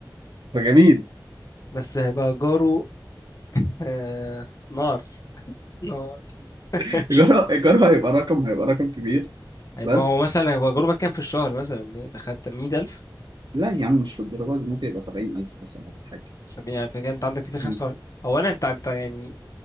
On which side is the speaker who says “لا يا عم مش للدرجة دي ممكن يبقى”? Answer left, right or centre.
Right